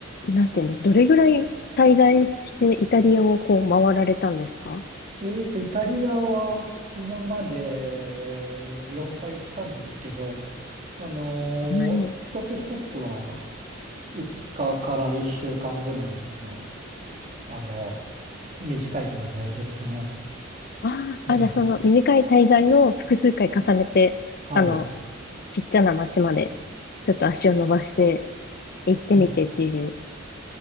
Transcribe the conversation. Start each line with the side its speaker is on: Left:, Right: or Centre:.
Left: なんていうんですどれぐらい滞在してイタリアをこう回られたんですか
Right: えーと、イタリアは今まで4回行ったんですけど、あのー一つ一つは
Left: あんなに。
Right: 5日かから1週間ぐらいの、あの、短い滞在ですね。
Left: ああ、
Right: ね。
Left: あ、じゃあその短い滞在を複数回重ねて、
Right: はい。
Left: あの、ちっちゃな町まで、ちょっと足を伸ばして行ってみてっていう、
Right: うん。